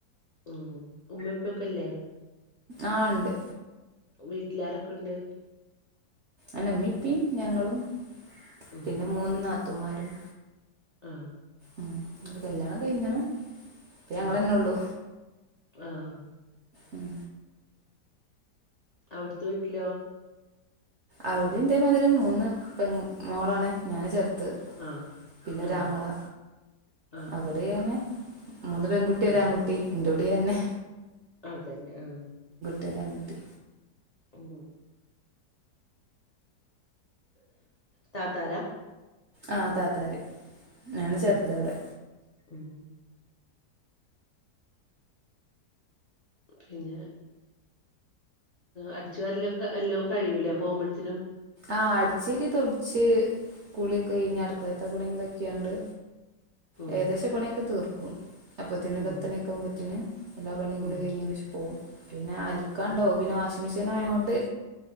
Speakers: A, on the left (about 60°); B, on the right (about 70°).
A: ഉം ഉമ്മപ്പൊക്കെല്ലേ
B: ആ ഉണ്ട്
A: വീട്ടിലാരൊക്കെ ഉണ്ട്
B: അനമ്മിപ്പും ഞങ്ങളും
A: ഉം
B: പിന്നെ മൂന്ന നാത്തുമാരും
A: ആ
B: ഉ കല്യാണം കഴിഞ്ഞാണ് അപ്പ ഞങ്ങെന്നെ
A: ഉം
B: ഉള്ളു
A: ആഹ്
B: ഉം
A: അവിടുത്ത വീട്ടിലോ
B: അവിടെന്റെ മതിരം മൂന്ന് പെ മോളാണ് ഞൻ ചെറുത്
A: ആഹ്
B: പിന്നെ
A: ആഹ്
B: രാങ്ങള
A: ആഹ്
B: അവിടെ തന്നെ മൂന്ന് പെൺകുട്ടി ഒരുര്
A: ആഹ്
B: ആൺകുട്ടി എറോട തന്നെ
A: അതന്നെ ആ
B: തരതി
A: ഉം താതാര
B: ആഹ് താത്താര് ഞാൻ
A: ആഹ്
B: ചെറുത അവിടെ
A: ഉം പിന്നെ അടിച്ചു വാരല എല്ലാം കഴിയൂല പോകുമ്പോഴത്തിനും
B: ആഹ് അടിച്ചേരി തൊടിച്ച് കുളിയക്കെ കഴിഞ്ഞ അടുക്കളത്ത പണിന്തൊക്കെയുണ്ട്
A: ഉം
B: ഏകദേശം പണിയൊക്ക തീർക്കും അപ്പത്തീന്
A: ഉം
B: പത്തണിക്ക ആവുമ്പോത്തന് എല്ലാ പണിയും കൂടി
A: ഉം
B: കഴിഞ്ഞ പക്ഷെ പോവും പിന്നെ അൽക്കാണ്ടോ
A: ഉം
B: പിന്നെ വാഷിംഗ് മെഷീൻ ആയ കൊണ്ട്